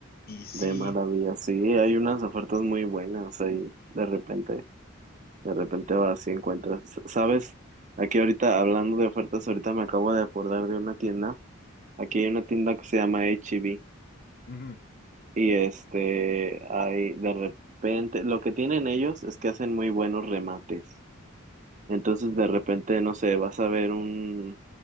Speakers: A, on the left; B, on the right.
A: Y sí,
B: de maravilla, sí, hay unas ofertas muy buenas ahí, de repente, de repente vas y encuentras, ¿sabes? Aquí ahorita, hablando de ofertas, ahorita me acabo de acordar de una tienda Aquí hay una tienda que se llama H-E-B
A: ujú,
B: y este, hay de repente, lo que tienen ellos es que hacen muy buenos remates. Entonces de repente, no sé, vas a ver un,